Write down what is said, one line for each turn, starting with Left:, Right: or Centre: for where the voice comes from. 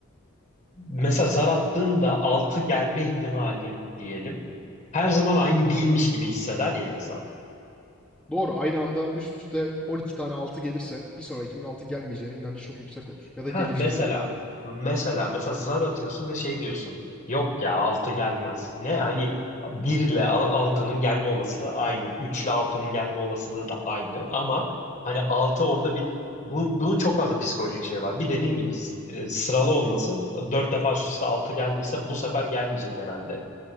Left: mesela zar attığında 6 gelme ihtimali diyelim. Her zaman aynı değilmiş gibi hisseder ya insan.
Centre: Doğru aynı anda üst üste 12 tane 6 gelirse bir sonrakinin 6 gelmeyeceğine inancı çok yüksek olur. Ya da
Left: Ha
Centre: geleceğine.
Left: mesela mesela mesela zar atıyorsun ve şey diyorsun. Yok ya 6 gelmez. Ne hani 1 ile 6'nın gelme olasılığı aynı. 3 ile 6'nın gelme olasılığı da aynı ama hani 6 orada bir bu, bunun çok fazla psikolojik şey var. Bir dediğin gibi s- e, sıralı olması 4 defa üst üste 6 geldiyse bu sefer gelmeyecek herhalde